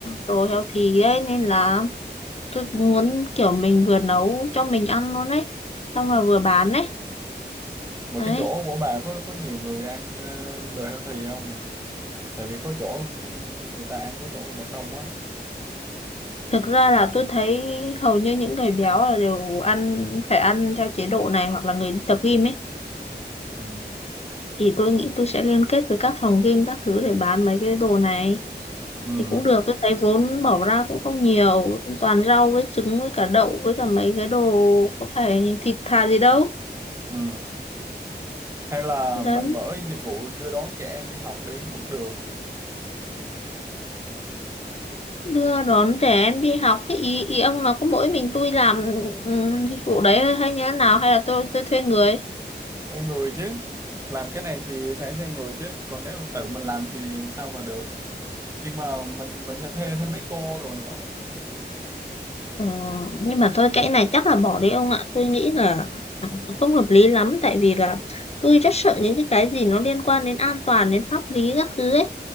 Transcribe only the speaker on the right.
mà
cái chỗ của bà có có nhiều người ăn ờ, đồ healthy không tại vì có chỗ người ta ăn có chỗ người ta không á
ừ
ừ
ừ. hay là
mình mở dịch vụ đưa đón trẻ em đi học đi cũng được
thuê người chứ làm cái này thì phải thuê người chứ còn nếu tự mình làm thì sao mà được nhưng mà mình mình sẽ thuê thêm mấy cô đồ nữa